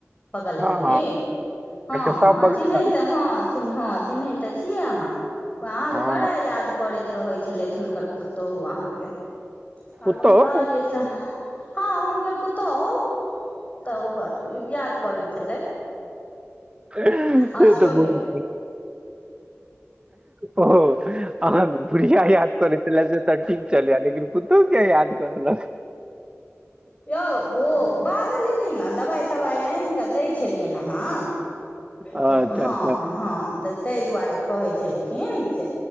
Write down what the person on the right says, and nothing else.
हँ
हँ
सब
बगले
बाली
हँ
हँ
पुतोहु
ए
तऽ बहुत
ओ अहाँ के बुढ़िया याद कर छलै जे तऽ ठीक चलिया लेकिन पुतोह किया याद कर ल
अच्छा
अच्छा